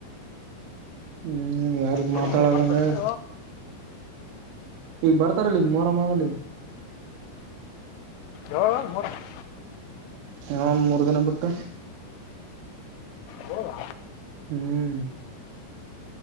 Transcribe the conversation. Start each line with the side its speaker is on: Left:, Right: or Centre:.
Right: ಹ್ಮ್ ಯಾರಿಗೆ
Left: ಊರಿಗೆ
Right: ಮಾತಾಡ್ದಂಗ
Left: ಬರ್ತಾರಲ್ಲ
Right: ಈಗ ಬರ್ತಾರಲ್ಲ ಈಗ ಮೊರಮದಲ್ಲಿ
Left: ಯವ ಮೂರ <unintelligible>
Right: ಹ ಮೂರು ದಿನ ಬಿಟ್ಟು
Left: ಹೌದಾ
Right: ಹ್ಮ್